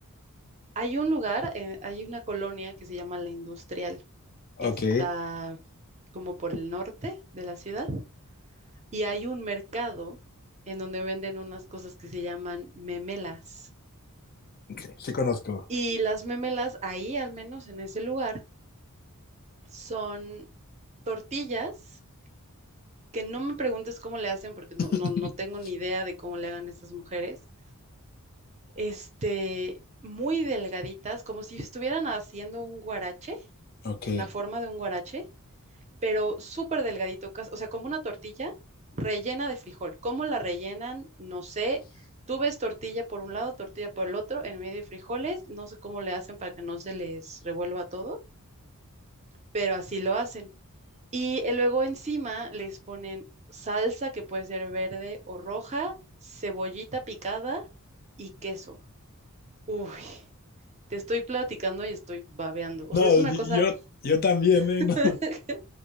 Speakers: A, on the right; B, on the left.
A: hay un lugar, eh, hay una colonia que se llama La Industrial,
B: Ok,
A: que está como por el norte de la ciudad, y hay un mercado en donde venden unas cosas que se llaman memelas.
B: Okay, sí conozco.
A: Y las memelas ahí, al menos en ese lugar, son tortillas que no me preguntes cómo le hacen porque no,
B: <laughs>
A: no, no tengo ni idea de cómo le hagan estas mujeres. Este, muy delgaditas, como si estuvieran haciendo un guarache
B: ok.
A: la forma de un guarache, pero súper delgadito, cas- o sea, como una tortilla rellena de frijol. ¿Cómo la rellenan? No sé. Tú ves tortilla por un lado, tortilla por el otro, en medio de frijoles, no sé cómo le hacen para que no se les revuelva todo, pero así lo hacen. Y eh, luego encima les ponen salsa que puede ser verde o roja, cebollita picada y queso. Uy, te estoy platicando y estoy babeando.
B: No,
A: O sea, es una
B: yo,
A: cosa
B: yo también, ¿eh?
A: <laughs>
B: No.